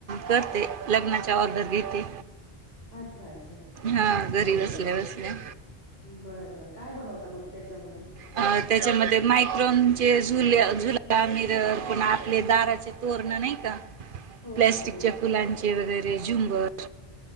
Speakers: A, on the right; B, on the left.
A: करते लग्नाच्या ऑर्डर घेते.
B: अच्छा अच्छा
A: हा घरी
B: बरं
A: बसल्या
B: बर
A: बसल्या.
B: बरं बर काय बनवता मग त्याच्यामध्ये?
A: अ त्याच्यामध्ये मायक्रोनचे झुले अ झुला मिरर किंवा आपले दाराचे तो पूर्ण नाही का?
B: हो
A: प्लास्टिकचे
B: हो हो
A: फुलांचे वगैरे झुंबर